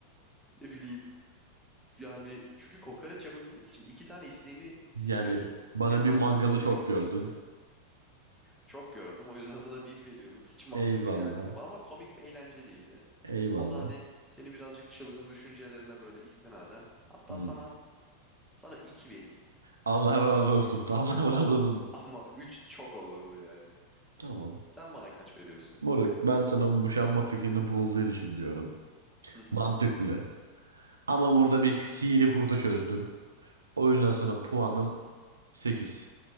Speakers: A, in the centre; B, on the right.
A: Ne bileyim yani çünkü kokoreç yapabilmek için iki tane isteğini
B: Yani
A: siliyorsun.
B: bana
A: Hem mangal
B: bir mangalı
A: kitini
B: çok
A: gidiyorsun.
B: gördün.
A: Çok gördüm o yüzden sana bir veriyorum. Hiç mantıklı
B: Eyvallah.
A: gelmedi bana ama komik ve eğlenceliydi.
B: Eyvallah.
A: O da hani seni birazcık çılgın düşüncelerine böyle istinaden. Hatta
B: Hmm.
A: sana sana 2 vereyim.
B: Allah razı olsun. <laughs> Allah razı
A: Ama
B: olsun.
A: ama 3 çok olurdu yani.
B: Tamam.
A: Sen bana kaç veriyorsun?
B: Moruk ben sana bu boşanma fikrini bulduğun için diyorum.
A: <laughs>
B: Mantıklı. Ama burada bir hile hurda çözdüm. O yüzden sana puanım 8.